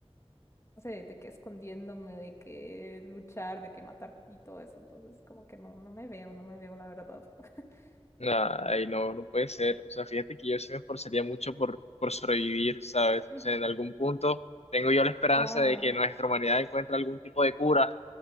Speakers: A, on the left; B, on the left.
A: no sé, de que escondiéndome, de que luchar, de que matar y todo eso. Entonces, como que no, no me veo, no me veo, la verdad. <laughs>
B: Ay, no, no puede ser. O sea, fíjate que yo sí me esforzaría mucho por, por sobrevivir, ¿sabes? O
A: Ujú.
B: sea, en algún punto tengo yo la esperanza
A: Ajá,
B: de que nuestra humanidad encuentre algún tipo de cura